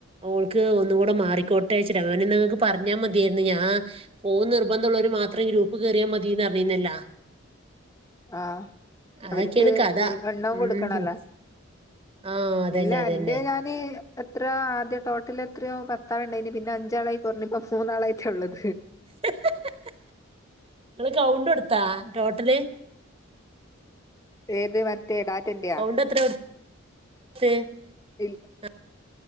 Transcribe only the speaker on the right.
ഓൾക്ക് ഒന്ന് കൂടെ മാറിക്കോട്ടെ വെച്ചിട്ടാ, അപ്പോ നിങ്ങക്ക് പറഞ്ഞ മതിയേ ന്ന് ഞാ പോകുന്ന് നിർബന്ധമുള്ളവര് മാത്രം ഗ്രൂപ്പ് കേറിയാ മതിന്നറിഞ്ഞീന്നല്ലോ.
അതൊക്കെയാണ്
കഥ
ഉം
ആഹ് അതന്നെ
അതന്നെ
ഹ് ഹ് ഹ് ങ്ങള് കൗണ്ട്ടുത്താ ടോട്ടല്?
കൗണ്ട് എത്ര <unintelligible>
ആ